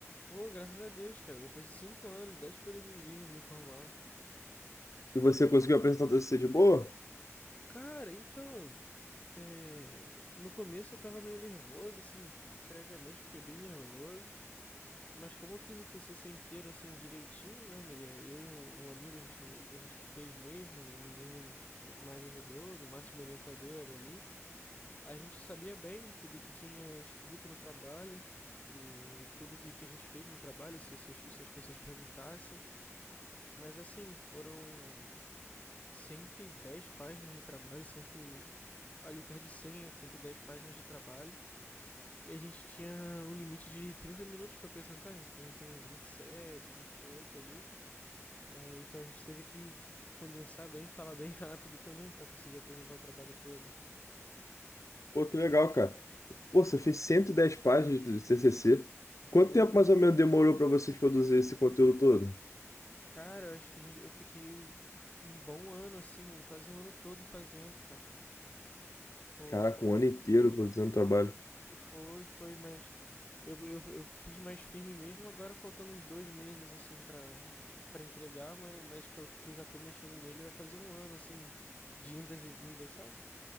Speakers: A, on the left; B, on the left.
A: Pô, graças a Deus, cara, depois de 5 anos, 10 períodozinhos de me formar.
B: E você conseguiu apresentar o TCC de boa?
A: Cara, então, é, no começo eu tava meio nervoso, assim, previamente eu fiquei bem nervoso. Mas como eu fiz o TCC inteiro assim direitinho, né? né, Eu e um, um amigo, a gente, a gente que fez mesmo, ninguém eh, mais ajudou, no máximo orientador era ali. A gente sabia bem tudo que tinha escrito no trabalho e tudo que, que a gente fez no trabalho, se, se, se as pessoas perguntassem. Mas assim, foram 110 páginas de trabalho, 100, ali perto de 100 a 110 páginas de trabalho e a gente tinha um limite de 30 minutos para apresentar, a gente apresentou uns 27, oito ali. É, então a gente teve que, que condensar bem, falar bem <laughs> rápido também para conseguir apresentar o trabalho todo.
B: Pô, que legal, cara. Pô, você fez 110 páginas do TCC.
A: Foi.
B: Quanto tempo mais ou menos demorou pra vocês produzir esse conteúdo todo?
A: Cara, eu acho que a gente, eu fiquei um bom ano, assim, um, quase um ano todo fazendo, cara. Foi,
B: Caraca,
A: foi,
B: um ano inteiro produzindo trabalho.
A: foi, foi mas eu, eu, eu fiz mais firme mesmo, agora faltando uns dois meses, assim, pra, pra entregar, mas, mas que, eu, que eu já tô mexendo nele, vai fazer um ano, assim, de indas e vindas, sabe?